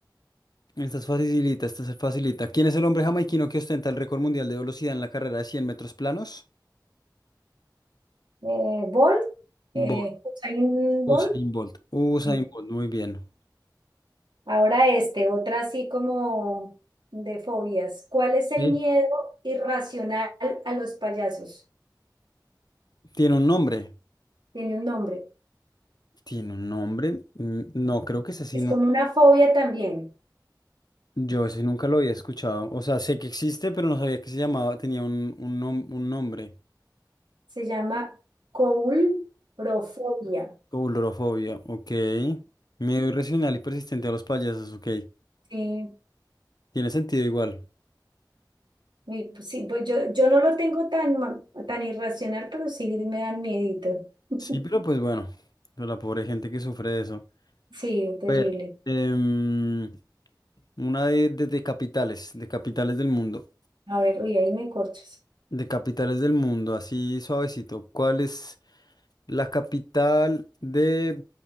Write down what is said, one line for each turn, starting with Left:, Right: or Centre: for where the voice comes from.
Left: esta es facilita, esta es facilita. ¿Quién es el hombre jamaiquino que ostenta el récord mundial de velocidad en la carrera de 100 metros planos?
Right: eh, Bolt, eh,
Left: Bolt,
Right: Usain Bolt.
Left: Usain Bolt, Usain
Right: Ujú.
Left: Bolt, muy bien.
Right: Ahora este, otra así como de fobias. ¿Cuál es el
Left: Sí.
Right: miedo irracional a los payasos?
Left: ¿Tiene un nombre?
Right: Tiene un nombre.
Left: ¿Tiene un nombre? Mm, No, creo que es así.
Right: Es como una fobia también.
Left: Yo ese nunca lo había escuchado. O sea, sé que existe, pero no sabía que se llamaba, tenía un, un nom- un nombre.
Right: Se llama coulrofobia.
Left: Coulrofobia, ok. Miedo irracional y persistente a los payasos, ok.
Right: Sí,
Left: Tiene sentido igual.
Right: uy, pues sí, pues yo, yo no lo tengo tan, ma- tan irracional, pero sí me dan miedito. <laughs>
Left: Sí, pero pues bueno, pero la pobre gente que sufre de eso.
Right: Sí, terrible.
Left: A ver, em, una de, de, de capitales, de capitales del mundo.
Right: A ver, uy, ahí me corchas.
Left: De capitales del mundo, así suavecito. ¿Cuál es la capital de